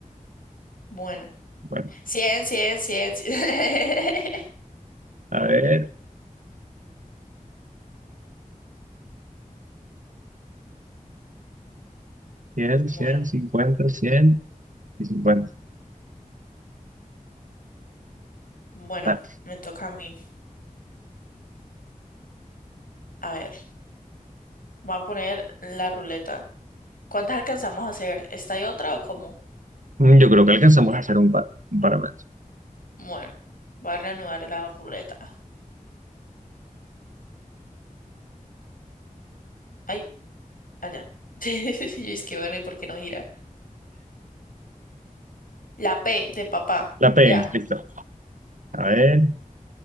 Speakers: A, on the left; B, on the right.
A: Bueno.
B: Bueno,
A: 100 100 100 100. <laughs>
B: a ver, cien
A: Bueno,
B: cien cincuenta cien y cincuenta
A: bueno,
B: Vale.
A: me toca a mí. A ver, voy a poner la ruleta. ¿Cuántas alcanzamos a hacer? ¿Esta y otra o cómo?
B: Mm, Yo creo que alcanzamos a hacer un par, un par más.
A: Bueno, voy a reanudar la ruleta. Ay, allá. <laughs> Y es que bueno, ¿y por qué no gira? La P de papá.
B: La P,
A: Ya.
B: listo. A ver,